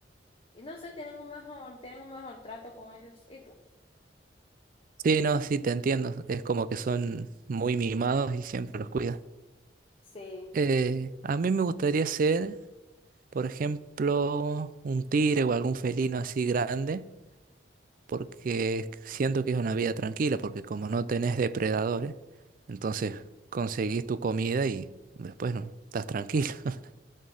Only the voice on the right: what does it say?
Sí, no, sí, te entiendo. Es como que son muy mimados y siempre los cuidan.
Eh, a mí me gustaría ser por ejemplo, un tigre o algún felino así grande, porque siento que es una vida tranquila, porque como no tenés depredadores, entonces conseguís tu comida y después no, estás tranquilo. <laughs>